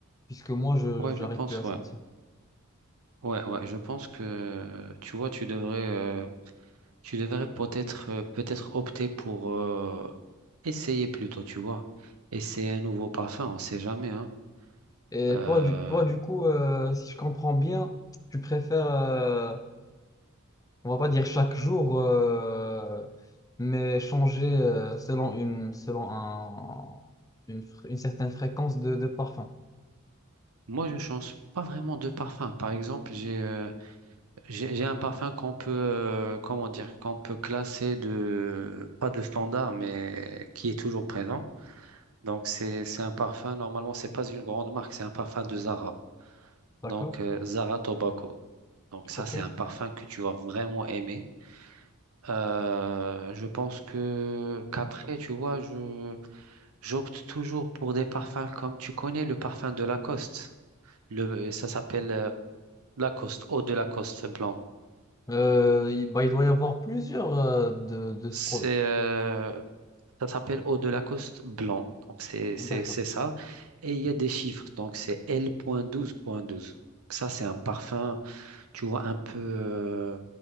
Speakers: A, on the left; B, on the right.
A: puisque moi, je
B: ouais
A: j'arrive
B: je pense
A: plus à le
B: ouais
A: sentir.
B: ouais ouais je pense que tu vois tu devrais euh, tu devrais peut-être euh, peut-être opter pour euh, essayer plutôt, tu vois, essayer un nouveau parfum, on sait jamais hein.
A: Et
B: Euh,
A: toi, du, toi, du coup, euh, si je comprends bien, tu préfères. euh, on va pas dire chaque jour, euh, mais changer euh, selon une, selon un, une, fr- une certaine fréquence de, de parfum.
B: moi, je change pas vraiment de parfum. Par exemple, j'ai euh, J'ai j'ai un parfum qu'on peut, euh, comment dire, qu'on peut classer de, pas de standard, mais qui est toujours présent. Donc, c'est, c'est un parfum, normalement, c'est pas une grande marque, c'est un parfum de Zara.
A: D'accord?
B: Donc, euh, Zara Tobacco. Donc, ça,
A: Ok.
B: c'est un parfum que tu vas vraiment aimer. Euh, je pense que, qu'après, tu vois, je, j'opte toujours pour des parfums comme, tu connais le parfum de Lacoste. Le, ça s'appelle euh, Lacoste, eau de Lacoste blanc.
A: Euh, il, bah, il doit y avoir plusieurs euh, de, de ce
B: C'est,
A: produit
B: euh, Ça s'appelle Eau de Lacoste blanc. Donc, c'est c'est-
A: D'accord.
B: c'est ça. Et il y a des chiffres. Donc, c'est L point point douze point douze Ça, c'est un parfum, tu vois, un peu. euh,